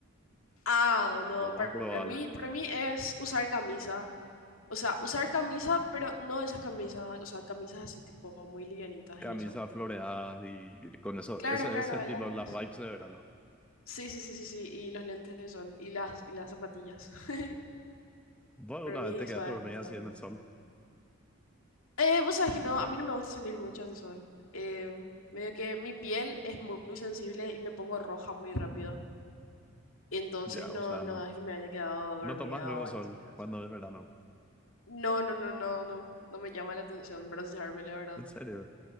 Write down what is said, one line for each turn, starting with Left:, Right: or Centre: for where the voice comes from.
Left: Ah, no,
Centre: Lo más
Left: para,
Centre: probable,
Left: para mí, para mí es usar camisa. O sea, usar camisa, pero no esas camisas, o sea, camisas así tipo muy livianitas
Centre: camisas
Left: y eso.
Centre: floreadas y con eso,
Left: Claro,
Centre: ese,
Left: claro,
Centre: ese estilo,
Left: las...
Centre: las vibes de verano.
Left: Sí, sí, sí, sí, sí, y los lentes de sol y las, y las zapatillas. <laughs>
Centre: Bueno,
Left: Para
Centre: una
Left: mí
Centre: vez te
Left: eso
Centre: quedaste
Left: es
Centre: dormida
Left: categórico.
Centre: así en el sol.
Left: Eh, vos sabés que no, a mí no me gusta salir mucho al sol. Eh, medio que mi piel es muy, muy sensible y me pongo roja muy rápido. Entonces
Centre: Ya,
Left: no,
Centre: o sea,
Left: no
Centre: no,
Left: es que me haya quedado dormida
Centre: no tomas luego
Left: o haya
Centre: sol
Left: salido al
Centre: cuando
Left: sol.
Centre: es verano.
Left: No, no, no, no, no, no me llama la atención broncearme, la verdad.
Centre: En serio,